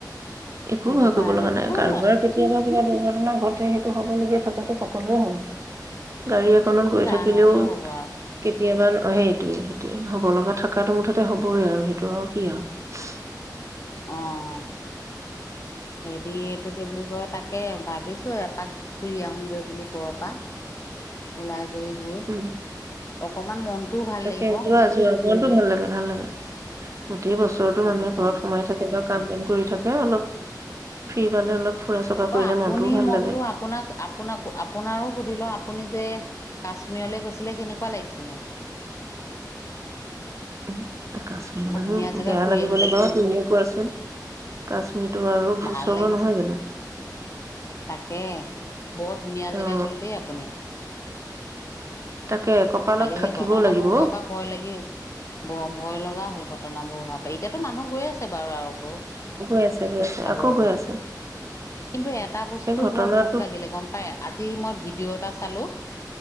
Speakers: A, on the right; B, on the left.
A: একো
B: সেইটো
A: ভয় কৰিব
B: কাৰণে
A: লগা নাই,
B: নহয়
A: কাৰোবাৰ কেতিয়াবা কিবা দুৰ্ঘটনা ঘ তাতে সেইটো হ'বলগীয়া থকাটো সকলোৰে হ'ব। গাড়ী এখনত গৈ
B: যাৰ
A: থাকিলেও
B: নহলেও হ'ব
A: কেত
B: আৰু
A: কেতিয়াবা সেইটোৱে সেইটোয়ে হ'ব লগা থকাটো‌ মুঠতে হ'বই আৰু সেইটো আৰু কি আৰু।
B: অ' হেৰি এইটো কি বুলি কয়, তাকে ভাবিছো এপাক ফুৰি আহোঁগে বুলি কবাৰ পৰা ওলাই। কৰি গৈ
A: উম,
B: অকমান মনটোও ভাল
A: তাকে
B: লাগিব
A: যোৱা যোৱা মনটো ভাল লাগে ভাল লাগে। গোটেই বছৰতো
B: সেইটো
A: মানুহে
B: কাৰণে
A: ঘৰত সোমাই থাকে বা কাম-বন কৰি থাকে অলপ ফ্ৰি পালে অলপ ফুৰা চকা কৰিলে
B: অ আপুনি,
A: মনটোও ভাল
B: মই
A: লাগে
B: বোলো আপোনাক- আপোনাক-আপোনাৰো সুধি লও। আপুনি যে কাশ্মীৰলৈ গৈছিলে কেনেকুৱা লাগিছিলে?
A: <unintelligible> কাশ্মীৰতনো
B: বৰ ধুনীয়া জেগা
A: বেয়া
B: ফুৰি
A: লাগিবনে
B: আহিলে
A: বাৰু
B: দেই
A: তুমিয়ে কোৱাচোন? কাশ্মীৰটো আৰু ভূস্বৰ্গ
B: ভাল লাগিছে
A: নহয় জানো।
B: তাকে বৰ ধুনীয়া জেগা
A: অ।
B: গ'ল দেই আপুনি
A: তাকে কপালত
B: খালি সেই
A: থাকিবও
B: ঘটনাবোৰ
A: লাগিব
B: হোৱাৰ
A: অ'।
B: পৰা ভয় লাগি, ভয় লগা নাও বহুৱাব পাৰি, এতিয়াতো মানুহ গৈ আছে বাৰু আৰু আকৌ!
A: গৈ আছে গৈ আছে,
B: আগৰ
A: আকৌ
B: দৰে
A: গৈ আছে।
B: কিন্তু এটা বস্তু
A: সেই ঘটনাটো
B: বৰ দুখ লাগিলে গম পায়? আজি মই ভিডিঅ' এটা চালো